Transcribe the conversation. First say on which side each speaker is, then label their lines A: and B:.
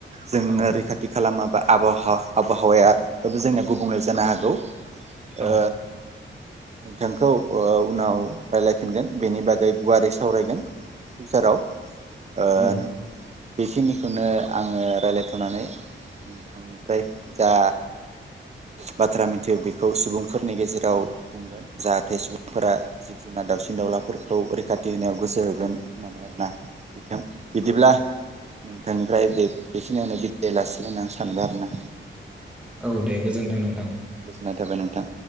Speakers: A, on the right (about 35°); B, in the centre.
A: जोंनो
B: औ
A: रैखाथि माबा आबाहावा आबहावायाबो जोंनिया गुबुंले जानो हागौ ओ
B: औ
A: ओ नोंथांखौ उनाव रायलायफिनगोन बेनि बागै गुवारै सावरायगोन फिउचाराव ओन
B: औ
A: बेखिनिखौनो आङो रायलायथनानै नोंथांनिफ्राय जा बाथ्रा मिथियो बेखौ सुबुंफोरनि गेजेराव बुंगोन जाहाथे सुबुंफोरा जिब जुनार दावसिन दाउलाफोरखौ रैखाथि होनायाव गोसो होगोन होननानै आरोना बिथां बिदिब्ला नों बिथांनिफ्राय बे बेखिनियावनो बि लासिग होना सानबाय आरोना
B: औ दे गोजोन्थों नोंथां
A: नाथायबा नोंथां